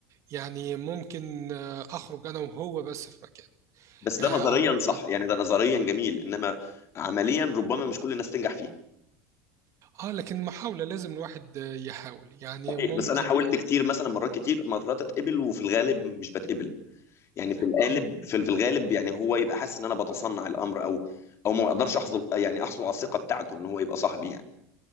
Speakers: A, on the right; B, on the left.
A: يعني ممكن آه، اخرج انا وهو بس في مكان
B: بس
A: آه،
B: ده نظريا
A: اروح
B: صح يعني ده نظريا جميل انما عمليا ربما مش كل الناس تنجح فيه
A: اه لكن محاولة لازم الواحد آه، يحاول يعني
B: صحيح
A: ممكن
B: بس انا حاولت كتير مثلا مرات كتير مرات اتقبل وفي الغالب مش بتقبل يعني في الغالب
A: اه
B: في في الغالب يعني هو يبقى حاسس ان انا بتصنع الامر او او ما اقدرش احصل يعني احصل على الثقه بتاعته ان هو يبقى صاحبي يعني